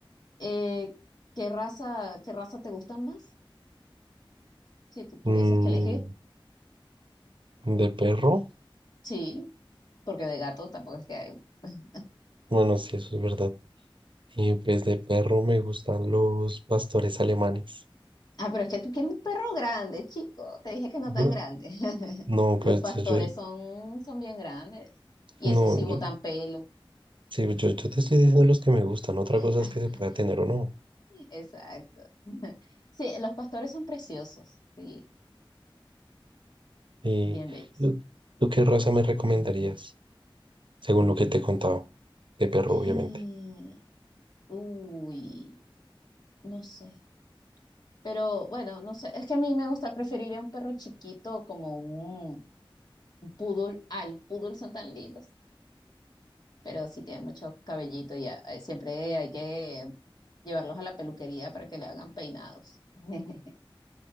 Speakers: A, on the left; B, on the right.
A: Eh, ¿qué raza, qué raza te gusta más? Si te tuvieses
B: Mm,
A: que elegir.
B: de perro.
A: Sí, porque de gato tampoco es que hay. <laughs>
B: Bueno, sí, eso es verdad. Y pues de perro me gustan los pastores alemanes.
A: Ah, pero es que tú quieres un perro grande, chico. Te dije que no
B: Bu-
A: tan grande. <laughs>
B: No, pues
A: Los pastores
B: yo,
A: son, son bien grandes. Y
B: no,
A: eso sí, botan
B: yo,
A: pelo.
B: sí, yo, yo te estoy diciendo los que me gustan. Otra
A: <laughs>
B: cosa es que se pueda tener o no.
A: Exacto. <laughs> Sí, los pastores son preciosos. Sí,
B: Y,
A: bien bellos.
B: ¿tú tú qué raza me recomendarías? según lo que te he contado, de perro,
A: Eh,
B: obviamente.
A: uy, no sé. Pero bueno, no sé, es que a mí me gusta preferir a un perro chiquito como un, un poodle. Ah, los poodles son tan lindos, pero sí tienen mucho cabellito y ah, eh, siempre hay que llevarlos a la peluquería para que le hagan peinados. <laughs>